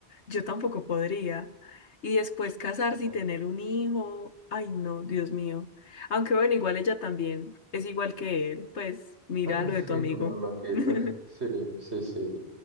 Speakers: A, on the left; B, on the right.
A: Yo tampoco podría. Y después casarse
B: No.
A: y tener
B: <laughs>
A: un hijo. Ay, no, Dios mío. Aunque bueno, igual ella también es igual que él. Pues mira
B: Ah,
A: lo de tu
B: sí
A: amigo.
B: como loquita.
A: <laughs>
B: Sí, sí, sí.